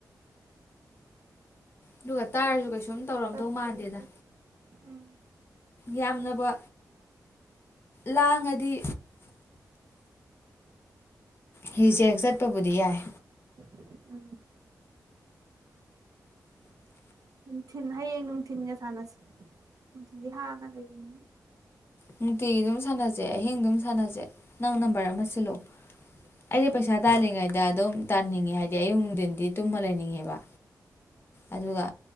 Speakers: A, on the left; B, on the right.
A: ꯑꯗꯨꯒ ꯇꯥꯔꯁꯨ
B: ꯌꯥ
A: ꯀꯩꯁꯨꯝ ꯇꯧꯔꯝꯗꯧ
B: ꯇꯔ
A: ꯃꯥꯟꯗꯦꯗ
B: ꯎꯝ
A: ꯌꯥꯝꯅꯕ ꯂꯥꯡꯉꯗꯤ ꯍꯧꯖꯦꯛ ꯆꯠꯄꯕꯨꯗꯤ ꯌꯥꯏ
B: ꯎꯝ ꯅꯨꯡꯊꯤꯟ ꯍꯌꯦꯡ ꯅꯨꯡꯊꯤꯟꯒ ꯁꯥꯟꯅꯁꯦ ꯅꯨꯡꯊꯤꯟꯗꯤ ꯍꯥꯡꯉ ꯂꯩꯕꯅꯤꯅ
A: ꯅꯨꯡꯇꯤꯒꯤ ꯑꯗꯨꯝ ꯁꯥꯟꯅꯁꯦ ꯑꯍꯤꯡ ꯑꯗꯨꯝ ꯁꯥꯟꯅꯁꯦ ꯅꯪ ꯅꯝꯕꯔ ꯑꯃ ꯁꯤꯜꯂꯣ ꯑꯩꯁ ꯄꯩꯁꯥ ꯇꯥꯜꯂꯤꯉꯩꯗ ꯑꯗꯝ ꯇꯥꯅꯤꯡꯉꯦ ꯍꯥꯏꯗꯤ ꯑꯌꯨꯛ ꯅꯨꯡꯊꯤꯟꯗꯤ ꯇꯨꯝ ꯂꯩꯅꯤꯡꯉꯦꯕ ꯑꯗꯨꯒ